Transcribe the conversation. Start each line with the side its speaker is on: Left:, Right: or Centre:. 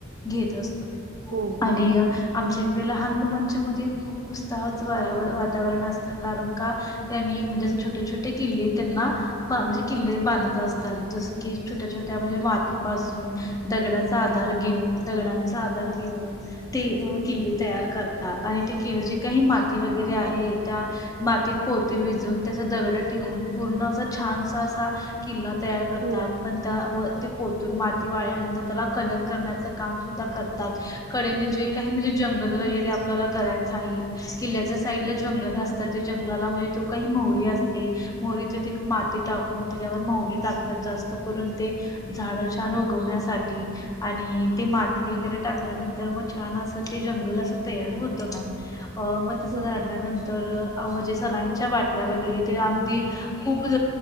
Left: घेत असतो.
Right: हो बरोबर
Left: आणि आमच्या इकडे लहान मुलांच्या मध्ये खूप उत्साहच वातावरण असतं कारण का त्यांनी म्हणजे अस छोटे छोटे किल्ले त्यांना म्हणजे किल्ले बांधत असतात जस की छोट्या छोट्या म्हणजे मातीपासून दगडाचा आधार घेऊन दगडांचा आधार घेऊन ते किल्ले तयार कर आणि ते जे काही माती वगैरे आहे त्या मातीत पोते भिजून त्याचा दगड ठेवून पूर्ण अस छानसा असा किल्ला तयार करतात
Right: हो
Left: पण त्या वर ते पोतून माती वाळल्यानंतर त्याला कलर करण्याचं काम सुद्धा करतात. कडेने जे काही म्हणजे जंगल वगैरे आपल्याला करायचं आहे. किल्ल्याच्या साईड ला जंगल असत त्या जंगलाला म्हणजे तो काही मोहरी असते मोहरीत माती टाकून त्याच्यावर मोहरी टाकतात जास्त करून ते झाड छान उगवण्यासाठी आणि ते माती वगैरे टाकल्यानंतर मग छान असं ते जंगल अस तयार होत मॅम मग तसं
Right: हो
Left: झाल्यानंतर तर अवजे सलांच्या बाटल्या वगैरे ते आ खूप